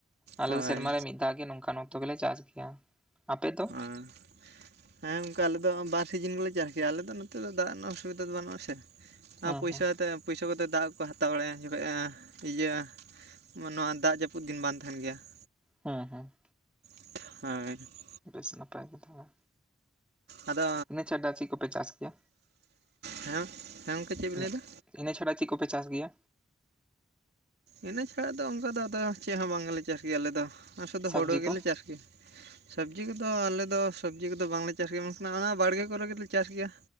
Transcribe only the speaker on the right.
ᱦᱳᱭ
<unintelligible> ᱦᱮᱸ ᱜᱚᱝᱠᱮ ᱟᱞᱮ ᱫᱚ ᱵᱟᱨ ᱥᱤᱡᱤᱱ ᱜᱮᱞᱮ ᱪᱟᱥ ᱜᱮᱭᱟ᱾ ᱟᱞᱮ ᱫᱚ ᱱᱚᱛᱮ ᱫᱚ ᱫᱟᱜ ᱨᱮᱱᱟᱜ ᱚᱥᱩᱵᱤᱫᱟ ᱫᱚ ᱵᱟᱹᱱᱩᱜᱼᱟ ᱥᱮ ᱾
ᱟᱨ ᱯᱚᱭᱥᱟ
ᱛᱮ ᱯᱚᱭᱥᱟ ᱠᱚᱛᱮ ᱫᱟᱜ ᱠᱚ ᱦᱟᱛᱟᱣ ᱵᱟᱲᱟᱭᱟ, ᱡᱚᱠᱷᱚᱱ ᱤᱭᱟᱹ ᱢᱟᱱᱮ ᱱᱚᱣᱟ ᱫᱟᱜ ᱡᱟᱹᱯᱩᱫ ᱫᱤᱱ ᱵᱟᱝ ᱛᱟᱦᱮᱱ ᱜᱮᱭᱟ ᱾
ᱦᱳᱭ ᱾
ᱟᱫᱚ
ᱦᱮᱸ ᱦᱮᱸ ᱜᱚᱝᱠᱮ ᱪᱮᱫ ᱵᱤᱱ
ᱞᱟᱹᱭ ᱮᱫᱟ
ᱤᱱᱟᱹ ᱪᱷᱟᱲᱟ ᱫᱚ ᱚᱝᱠᱟ ᱫᱚ ᱟᱫᱚ ᱪᱮᱫ ᱦᱚᱸ ᱵᱟᱝ ᱞᱮ ᱪᱟᱥ ᱜᱮᱭᱟ ᱟᱞᱮ ᱫᱚ ᱟᱨ ᱥᱩᱫᱩ
ᱦᱳᱲᱳ
ᱜᱮᱞᱮ ᱪᱟᱥ ᱜᱮᱭᱟ᱾ ᱥᱟᱵᱡᱤ ᱠᱚᱫᱚ ᱟᱞᱮ ᱫᱚ ᱥᱟᱵᱡᱤ ᱠᱚᱫᱚ ᱵᱟᱝ ᱞᱮ ᱪᱟᱥ ᱜᱮᱭᱟ, ᱢᱮᱱᱠᱷᱟᱱ ᱚᱱᱟ ᱵᱟᱲᱜᱮ ᱠᱚᱨᱮ ᱜᱮᱞᱮ ᱪᱟᱥ ᱜᱮᱭᱟ᱾